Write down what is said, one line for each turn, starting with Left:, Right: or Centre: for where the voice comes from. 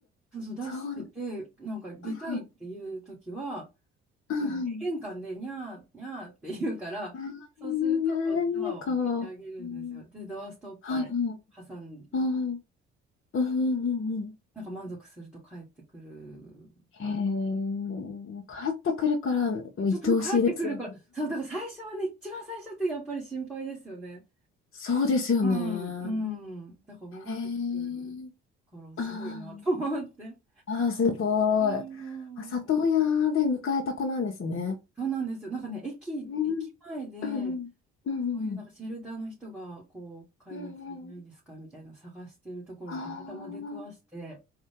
Centre: そうそう、出してて、
Left: そう。
Centre: なんか出たいっていう時は、
Left: はいはい。うん
Centre: なんか玄関でにゃーにゃーって言うから、
Left: うん。
Centre: そうすると、こう、ドアを開けてあげるんですよ。
Left: ああ、か。うん
Centre: で、ドアストッパー
Left: はいはい。
Centre: 挟ん
Left: うんうんうんうん。
Centre: なんか満足すると帰ってくるから、
Left: へえ、帰ってくるからもう愛おしいですよね。
Centre: ちょっと帰ってくるから、そう、だから最初はね、一番最初ってやっぱり心配ですよね。
Left: そうですよね。
Centre: うん、うん、だから戻ってくるからすごいなと思って。
Left: へえ、あーあー、すごい。
Centre: うん、
Left: あ、里親で迎えた子なんですね。
Centre: そうなんですよ。なんかね、駅、
Left: うん
Centre: 駅前で、
Left: うんうんうん
Centre: そういうなんかシェルターの人が、こう、飼い主いないですかみたいなのを探してるところにたまたま出くわして、
Left: うんうんあ